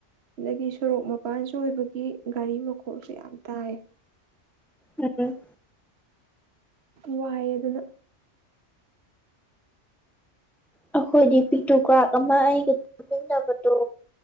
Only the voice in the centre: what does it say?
ꯎꯝ
ꯑꯩꯈꯣꯏꯗꯤ ꯄꯤꯇꯨ ꯀ꯭ꯔꯥꯛ ꯑꯃ ꯑꯩꯒ ꯆꯨꯝꯃꯤꯟꯅꯕꯗꯣ